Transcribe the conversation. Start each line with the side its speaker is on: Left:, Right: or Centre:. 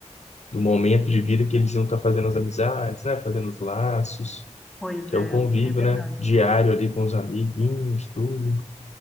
Left: do momento de vida que eles iam estar fazendo as amizades, né? Fazendo os laços
Centre: Pois
Left: que
Centre: é,
Left: é o convívio,
Centre: é verdade.
Left: né? Diário ali com os amiguinhos, tudo.